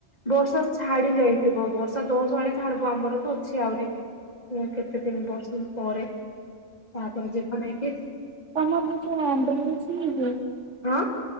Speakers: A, on the left (about 35°); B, on the right (about 80°).
A: ବର୍ଷା ଛାଡି ଯାଇଥିବ ବର୍ଷା ଦଶ ଆଡେ ଛାଡିବ ଆମର ତ ଅଛି ଆହୁରି। ଆ କେତେ ଦିନ ବର୍ଶୁ ପରେ ତାପରେ ଯିବା ନେଇକି।
B: ତମର ବହୁତ <unintelligible> ଅଛି କି।
A: ହଁ।